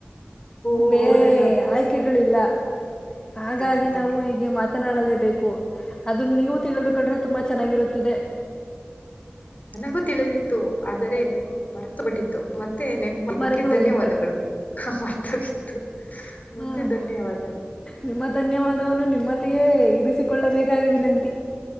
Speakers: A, on the left; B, on the left.
A: ಓ
B: ಬೇರೆ
A: ಹೌದಲ್ಲವೇ
B: ಆಯ್ಕೆಗಳಿಲ್ಲ ಹಾಗಾಗಿ
A: ಅದಕ್ಕೆ ಅದಕ್ಕೆ
B: ನಾವು ಈಗೆ ಮತ್ ಮಾತನಾಡಲೇಬೇಕು ಅದನ್ನ ನೀವು ತಿಳಿದುಕೊಂಡ್ರೆ ತುಂಬಾ ಚೆನ್ನಾಗಿರುತ್ತದೆ
A: ನನಗೂ ತಿಳಿದಿತ್ತು ಆದರೆ ಮರೆತ ಬಿಟ್ಟಿತ್ತು ಮತ್ತೆ ನೆನ್ ಇದಕ್ಕೆ
B: ಮರೆತು ಹೋಗಿತ್ತು
A: ಧನ್ಯವಾದಗಳು ಮಾರ್ತಾಗಿತು ಮತ್ತೆ
B: ಹ್ಮ್.
A: ಧನ್ಯವಾದಗಳು
B: ನಿಮ್ಮ ಧನ್ಯವಾದವನು ನಿಮ್ಮಲ್ಲಿಯೇ ಇರಿಸಿಕೊಳ್ಳಬೇಕಾಗಿ ವಿನಂತಿ